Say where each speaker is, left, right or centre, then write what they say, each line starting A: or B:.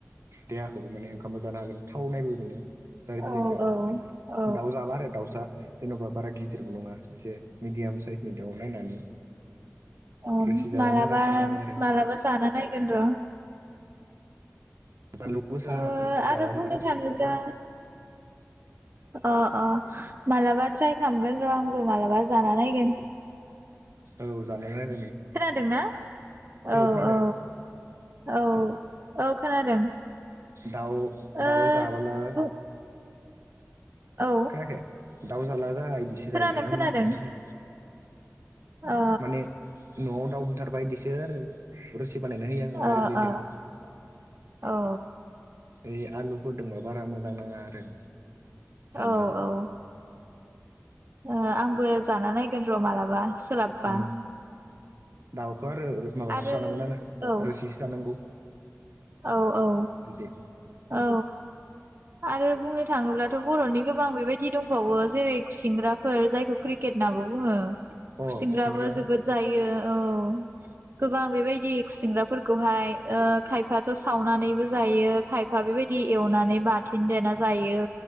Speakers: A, on the right; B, on the right.
A: देहाखौबो माने ओंखामबो जानो हागोन थाव नायबो मोनो। जारि बिलाइजों
B: औ औ
A: दाउ जाबा आरो दाउसा जेनेबा बारा गिदिरबो नंङा एसे मिडियाम साइजनि दाउ नायनानै।
B: अ
A: रोसि जाबा
B: माला
A: मोजांसिन
B: बा
A: नाङो आरो
B: माला जाना नगोन र'
A: बानलु गोसा
B: ओ
A: होनानै
B: आरो
A: जाबा
B: बुंनो
A: मोजांसिन
B: थांङोब्ला अ अ मालाबा ट्राइ खालामगोन र' आंबो मालाबा जाना नायगोन।
A: औ जानायनाय
B: खोनादोंना औ
A: खोनादों
B: औ औ औ खोनादों।
A: दाउ
B: ओ
A: दाउ जाबोला
B: बुं औ
A: खोनायाखै दाउ जाला जा इदिसो
B: खोनादों
A: जायो आंनो
B: खोनादों
A: सनायखि
B: अ
A: माने न'आव दाउ बुथारबा इदिसो आरो रोसि बानायनानै होयो आङो जारि
B: अ
A: बिलाइदों
B: अ औ
A: ओइ आलुफोर दंबा बारा मोजां नाङा आरो। दानिया
B: औ औ ओ आंबो जाना नायगोन र' मालाबा सोलाबबा
A: उम दाउखौ आरो माबासो
B: आरो
A: जानांगौना
B: औ
A: रोसिसो जानांगौ
B: औ औ
A: बिदै
B: औ आरो बुंनो थाङोब्लाथ' बर'नि गोबां बेबायदि दंबावो जेरै खुसिंग्राफोर जायखौ क्रिकेट होननाबो बुङो
A: अ
B: खुसिंग्राबो
A: खुसेंग्रा
B: जोबोद जायो औ गोबां बेबायदि खुसिंग्राफोरखौहाय ओ खायफाथ' सावनानैबो जायो खा फा बेबायदि एवनानै बाथोन देना जायो